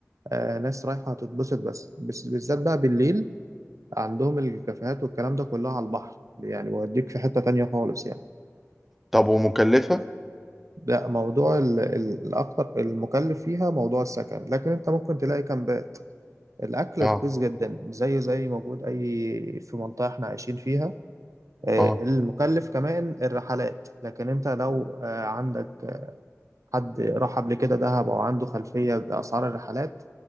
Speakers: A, on the right; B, in the centre.
A: آه ناس رايحة تتبسط بس بس- بالذات بقى بالليل عندهم الكافيهات والكلام ده كله على البحر يعني بيوديك في حتة تانية خالص يعني
B: طب ومكلفة؟
A: ده موضوع ال- ال- الأكتر المكلف فيها موضوع السكن لكن أنت ممكن تلاقي كامبات الأكل
B: اه
A: رخيص جدا زيه زي موجود أي في منطقة إحنا عايشين فيها آه،
B: اه
A: المكلف كمان الرحلات لكن انت لو آه، عندك حد راح قبل كده دهب او عنده خلفيه باسعار الرحلات